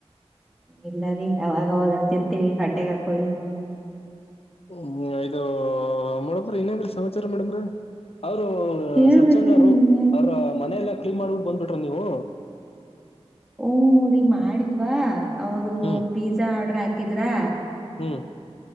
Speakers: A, in the centre; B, on the left (about 60°).
A: ಇಲ್ಲ ರೀ ಅವಾಗವಾಗ ಅಂತ ಇರ್ತಿವಿ ಹಟ್ಟೆಗ ಹಾಕೊಳ್ಳಿ.
B: ಹ್ಮ ಇದು ಮೇಡಮ್ರಿ ಇನ್ನೇನ್ರೀ ಸಮಾಚಾರ ಮೇಡಮ್ರ ಅವರು
A: ಹೇಳ್ಬೇಕ್ರಿ
B: ಸಚ್ಚಂದರು
A: ನೀವೇ
B: ಅವ್ರ ಮನೆೆಯಲ್ಲ ಕ್ಲೀನ್ ಮಾಡ್ಬಿಟ್ಟು ಬಂದ್ಬಿಟ್ರ ನೀವು
A: ಹು ರೀ ಮಾಡಿದ್ವಾ ಅವರು
B: ಹ್ಮ.
A: ಪಿಜಾ ಆರ್ಡ್ರ್ ಹಾಕಿದ್ರಾ.
B: ಹ್ಮ.